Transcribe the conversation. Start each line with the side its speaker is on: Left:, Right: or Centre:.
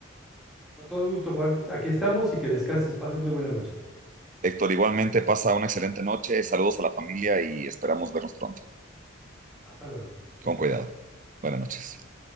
Centre: Con todo gusto, Juan. Aquí estamos y que descanses. Pases muy buena noche.
Right: Héctor, igualmente pasa una excelente noche, saludos a la familia y esperamos vernos pronto.
Centre: Hasta luego.
Right: Con cuidado. Buenas noches.